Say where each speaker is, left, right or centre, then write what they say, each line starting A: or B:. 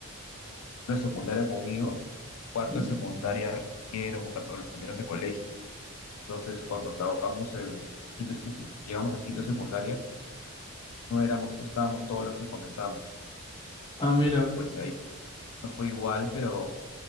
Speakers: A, on the left (about 80°); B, on the left (about 20°).
A: en primero de secundaria conmigo, en cuarto
B: Ujú.
A: de secundaria repitieron o, cam- o los cambiaron de colegio. Entonces, cuando acabamos el quinto, de secu- llegamos al quinto de secundaria, no éramos, no estábamos todos los que comenzamos.
B: Ah, mira,
A: Pues ahí no fue igual, pero